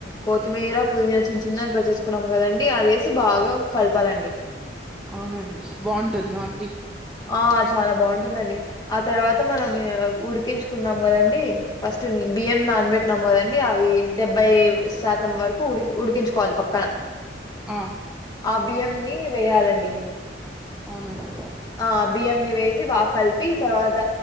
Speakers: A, on the left (about 20°); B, in the centre.
A: కొత్తిమీర పుదీనా చిన్న చిన్నగా గడ్ జేసుకున్నాం గదండి అదే సి బాగా కల్పాలండి
B: అవునండి బాంటుందా అండి
A: ఆ చాలా బాంటుందండి ఆ తర్వాత మనం ఉడికించుకున్నాం గదండి ఫస్టు బియ్యం నాన్బెట్నామ్ గదండి అవి డెబ్బై శాతం వరకు ఉరికి ఉడికించుకోవాలి పక్కన
B: ఆ
A: ఆ బియ్యం ని వేయాలండి
B: అవునా అండి
A: ఆ బియ్యంని వేసి బాగ్ కల్పి తర్వాత